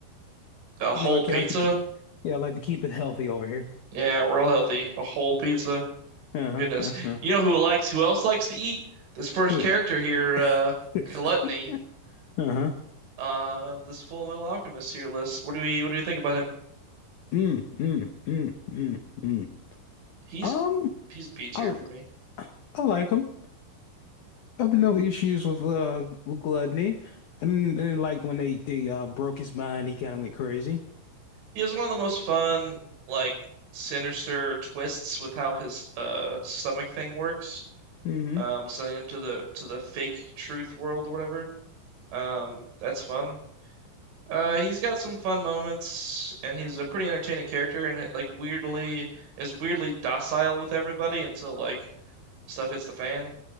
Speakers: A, on the right (about 80°); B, on the left (about 80°).
A: A whole
B: You know, I
A: pizza?
B: ca- I like to, ke- yeah, I like to keep it healthy over here.
A: Yeah, real healthy. A whole pizza.
B: Uh-huh,
A: Goodness.
B: uh-huh.
A: You know who likes who else likes to eat? This first
B: Who?
A: character here, uh,
B: <laughs>
A: Gluttony,
B: Uh-huh.
A: uh, this Full Metal Alchemist tier list. What do we what do we think about him?
B: Mm, mm, mm, mm, mm.
A: He's
B: Um,
A: he's B tier
B: I
A: for me.
B: I like them. I have no issues with uh with gluttony, and, and like when they they uh broke his mind, he kind of went crazy.
A: He has one of the most fun, like sinister twists with how his uh stomach thing works.
B: Mm-hmm.
A: Um, sending him to the to the fake truth world or whatever. Um, that's fun. Uh, he's got some fun moments, and he's a pretty entertaining character, and like weirdly is weirdly docile with everybody until like stuff hits the fan.